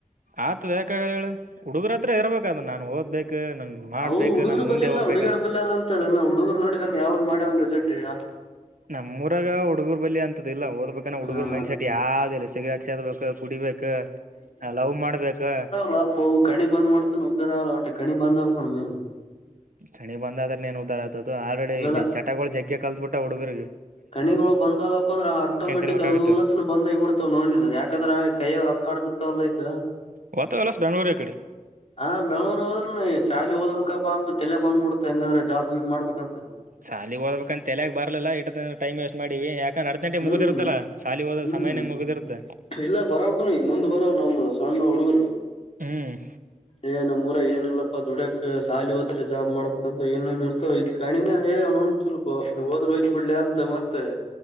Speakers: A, on the right (about 75°); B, on the left (about 50°).
A: ಆತದ ಯಾಕಾಗಲ್ಲ ಹೇಳ ಹುಡುಗರ ಹತ್ರ ಇರ್ಬೇಕ ಅದು ನಾನನ್ ಓದ್ಬೇಕು ನನ್ ಮಾಡ್ಬೇಕು
B: ಹವು ಹುಡುಗುರು
A: ನಾನ್ ಮುಂದೆ
B: ಬಲ್ಲಿ ಇಲ್ಲ
A: ಹೋಗ್ಬೇಕಂತ
B: ಹುಡುಗಿಯರ ಬಲ್ಲಿ ಅಂತ ಹೇಳ ನಾ ಹುಡುಗರು ನೋಡಿದಾನ ಯಾವ್ ಮಾಡ ಒ ರಿಸಲ್ಟ್ ಟ್ಟರ
A: ನಮ್ಮೂರಾಗ ಹುಡುಗೂರ್ ಬಳಿ ಅಂತದಿಲ್ಲ ಹದ ಬ ನ ಹುಡುಗರ್
B: ಹ ಮ
A: ಮೈಂಡ್ಸೆಟ್ ಯಾವ್ದು ಇಲ್ಲ ಸಿಗರೇಟ್ ಸೇದಬೇಕು ಕುಡಿಬೇಕು ಲವ್ ಮಾಡ್ಬೇಕು
B: ಹ ಕಣಿ ಬಂದ್ ಮಾಡ್ತಾನ ಉದ್ದರ ಆಲ್ಲ ಹೊಟ್ಟೆ ಕಣಿ ಬಂದ್ ಆಕೊಂಡ ಮೇನ್
A: ಚನಿ ಬಂದಾದ್ರ ಏನ್ ಉದ್ದಾರ ಆಗ್ತು ಆಲ್ರೆಡಿ
B: ಇಲ್ಲಲ್ಲ
A: ಇಲ್ಲಿ ಚಟಗಳು ಜಗ್ಗೆ ಕಲ್ತ್ ಬಿಟ್ಟ ಹುಡುಗರ್ರಿಗೆ
B: ಕಣಿಗಳು ಬಂದದಪ್ಪ ಅಂದ್ರ ಆಟೋಮೆಟಿಕ್
A: ತಿನ್ಬೇಕಾಗುತ್ತೆ
B: ಅಲ್ಲಸ್ನ ಬಂದಾಗಿಬ ಬಿಡ್ತಾವ ನೋಡ್ನ ಯಾಕಂದ್ರ ಆ ಕೈಯವ ರಕ್ ಕಡದರ್ತವಲ್ಲ ಈಗ
A: ಹೊತ ಇಲ್ಲಸ್ ಬೆಂಗಳೂರು ಕಡೆ
B: ಹಾ ಬೆಂಗಳೂರ್ ಹೋದ್ರ ಶಾಲಿ ಹಓದಬೇಕಪ್ಪಾ ಅಂತ ತಲೆ ಬಂದ್ಬಿಡ್ತ ಹೆಂಗಂದ್ರ ಜಾಬ್ ಗಿಬ್ ಮಾಡ್ಬೇಕಂತ
A: ಸಾಲಿಗೆ ಹೋಗ್ಬೇಕಂತ ಎಲ್ಯಾಗ ಬರ್ಲಿಲ್ಲ ಇಟ್ಟ ಟೈಮ್ ವೇಸ್ಟ್ ಮಾಡಿವವಿ ಯಾಕ ನಡೆ ಗಂಟೆ
B: ಹ್ಮ್
A: ಮುಗಿದಿರದಲ್ಲಾ ಸಾಲಿ ಹದ
B: ಹ್ಮ್
A: ಸಮಯೇ ಮುಗಿದಿರದ
B: ಇಲ್ಲ ಬರೋಕ್ಕ ನೀ ಮುಂದ್ ಬರೋ ನಮ್ ಸಣ್ಣ ಹುಡುಗ್ರ
A: ಹ್ಮ್
B: ಏ ನಮ್ಮ್ಊರಗ ಏನ ಇಲ್ಲಪ್ಪಾ ದುಡ್ಯಕ ಸಾಲಿ ಹೋದ್ರೆ ಜಾಬ್ ಮಾಡ್ಬೇಕಂತ್ರ ಏನೇನ್ ಇರ್ತವ ಈಗ ಗಣಿನೇ ಏ <unintelligible> ಹೋದ್ರು ಹೋಲಿ ಬಿಡ್ಲ ಅಂತ ಮತ್ತೆ